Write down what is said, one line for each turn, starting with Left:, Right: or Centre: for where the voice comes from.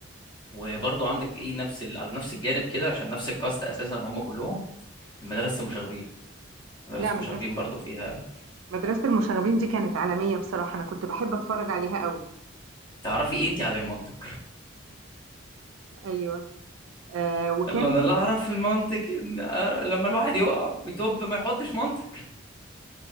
Left: وبرضو عندك ايه نفس ال... على نفس الجانب كده عشان نفس الكاست اساسا هم كلهم المدرسه المشاغبين مدرسة
Right: لا، مدرسة
Left: المشاغبين برضو فيها
Right: مدرسة المشاغبين دي كانت عالمية بصراحة أنا كنت بحب أتفرج عليها قوي
Left: تعرفي ايه انت عن المنطق
Right: أيوة آه، وكان
Left: قال له انا
Right: في
Left: اللي اعرف في المنطق ان لما الواحد يقع ويتوب ما يحطش منطق